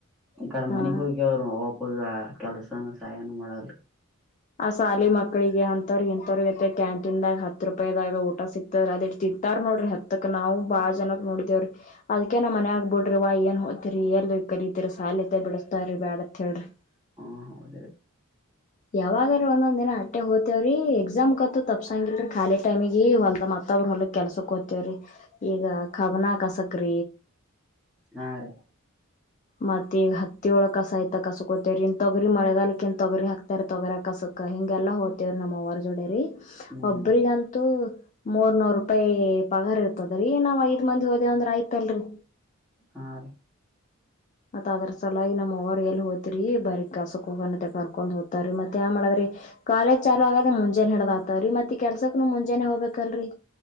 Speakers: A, in the centre; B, on the left.
A: ಕಡೆ
B: ಹಾ
A: ಮನೆಗ್ ಹೋಗಿ ಅವರು ಒಪದ ಕೆಲ್ಸನ ಸಹಾಯನೂ ಮಾಡಲ್
B: ಆ ಸಾಲಿ ಮಕ್ಕಳಿಗೆ ಅಂತ ಇಂಂತವ್ರಗ ಐತೆ ಕ್ಯಾಂಟೀನ್ದಾಗ ಹತ್ತು ರೂಪಾಯದಾಗ ಊಟ ಸಿಕ್ತ ಅದು ಇ ತಿತ್ತಾರ್ ನೋಡ್ರಿ ಹತ್ತಕ್ ನಾವು ಬಾ ಜನಕ್ ನೋಡಿದೇವರಿ ಅದಕೇ ನಾ್ ಮನೆ ಆಗ್ಬ ಬಿಡ್ರ ಏನ್ ಹೋತಿರಿ ಎಲ್ ಕಲಿತಿರಿ ಸಾಲತೆ ಬಿಡಿಸಸ್ತಾರೀ ಬೇಡತ್ ಅಂತ ಹೇಳ್ರಿ <inaudible>
A: ಹಾ ಹೌದ
B: ಯಾವಾಗ್ರೀ ಒಂದೊಂದ್ ದಿನ ಅಟ್ಟೆ ಹೋತರಿ ವ್ರೀ ಎಕ್ಸಾಮ್ ಕತ್ತ ತಪ್ಸಂಗಿಲ್ಲಲ್ರಿ ಖಾಲಿ ಟೈಮಿಗೆಗ ಹೊಲ್ದ ಮತ್ತಬ್ ಹೊಕ್ಕೆ ಕೆಸಕ್ ಹ್ತೇವ್ರೀ ಈಗ ಖಬನ ಕ ಸಕ್ರ
A: ಹಾ ರೀ <inaudible>
B: ಮತ್ತ ಈಗ ಹತ್ತಿಳ ಕಸ ಆಯತ ಕಸ ಕೋತವರಿ ಇನ್ ತಗರಿ ಮಳೆಗಾಲಕ್ ಇನ್ ತೊಗರಿ ಹಾಕ್ತಾರ ತಗರಿ ಕಸ ಅ ಹಿಂಗೆಲ್ಲ ಹೋಗ್ತೀವ್ರ ನಮ್ಮ ಹೊರ ಜೋಡ ರೀ
A: ಹ್ಮ್
B: ಒಬರಿಗಂತೂ
A: ಹ್ಮ್
B: ಮೂರ್ ನೂರ್ ರೂಪಾಯಿ ಪಗಾರ್ ಇರ್ತದ್ರೀ ನಾವ್ ಐದ ಮಂದಿ ಹೋದೇವ ಅ್ರ ಆಯ್ತಲ್ರರಿ
A: ಆ <inaudible>
B: ಮತ್ತತ್ ಅದ್ರ ಸಲಾಗಿ ನಮ್ಮ ಅವರ್ ಎಲ್ಲಿ ಹೋ್ತಿರಿ ಬರಿ ಕಸಕ್ ಹೋಗ ಕರ್ಕೊಂಡ್ ಹದ್ತಾರ ಮತ್ತತ್ ಯ್ ಮಾಡದ್ರಿ ಕಾಲೇಜ್ ಚಾಲು ಆಗದ ಮುಂಜಾನೆ ಹಿಡ್ದ್ ಆತವ್ರೀ ಮತ್ತತ್ ಕೆಲ್ಸಕ್ನು ಮುಂಜಾನೆ ಹೋಗ್ಬೇಕಲ್ರರಿ